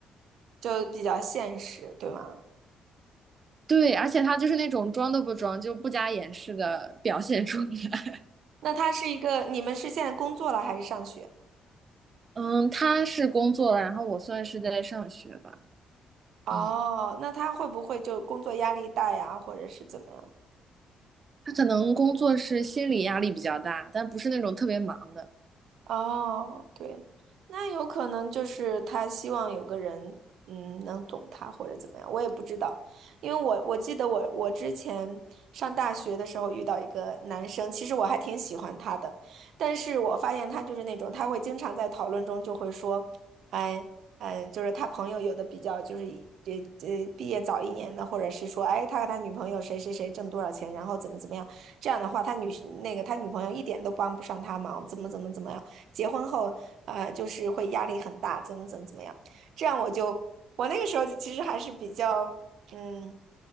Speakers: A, on the right; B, on the right.
A: 就比较现实，对吗？
B: 对，而且他就是那种装都不装，就不加掩饰的表现出来。
A: 那他是一个，你们是现在工作了还是上学？
B: <laughs> 嗯，他是工作了，然后我算是在上学吧。
A: 哦，
B: 嗯，
A: 那他会不会就工作压力大呀，或者是怎么样？
B: 他可能工作是心理压力比较大，但不是那种特别忙的。
A: 哦，对，那有可能就是他希望有个人，嗯，能懂他或者怎么样，我也不知道，因为我我记得我我之前上大学的时候遇到一个男生，其实我还挺喜欢他的，但是我发现他就是那种他会经常在讨论中就会说，哎。嗯，就是他朋友有的比较就是以呃呃毕业早一年的，或者是说，哎，他和他女朋友谁谁谁挣多少钱，然后怎么怎么样，这样的话，他女那个他女朋友一点都帮不上他忙，怎么怎么怎么样。结婚后，呃，就是会压力很大，怎么怎么怎么样。这样我就，我那个时候其实还是比较，嗯，